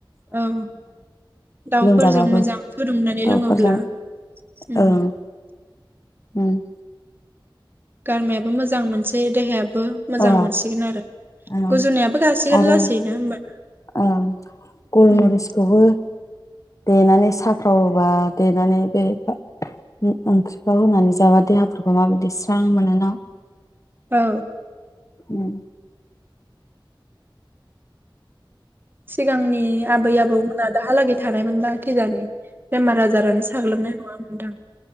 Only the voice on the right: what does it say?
औ दाउफोरजों
मोजां फुदुंनानै
लोङोब्ला। उम
गारमायाबो मोजां मोनस सै देहायाबो मोजां
मोनसिगोन आरो
गुजुनायाबो गासिगोन
लासैनो होमबाना।
उम।
औ।
सिगांनि आबै आबौमोना दाहालागै थानायमोनबा खिजानि बेमार आजारानो साग्लोबनाय नङामोन। नोंथां।